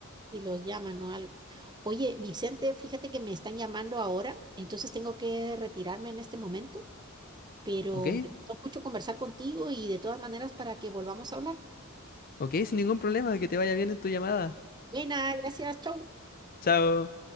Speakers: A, on the right (about 20°); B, on the left (about 45°).
A: sí, los llaman o algo. Oye, Vicente, fíjate que me están llamando ahora, entonces tengo que retirarme en este momento. pero
B: ¿Ok?
A: me gustó mucho conversar contigo y de todas maneras para que volvamos a hablar.
B: ¿Ok? Sin ningún problema, que te vaya bien en tu llamada.
A: Buena, gracias, chau.
B: Chao.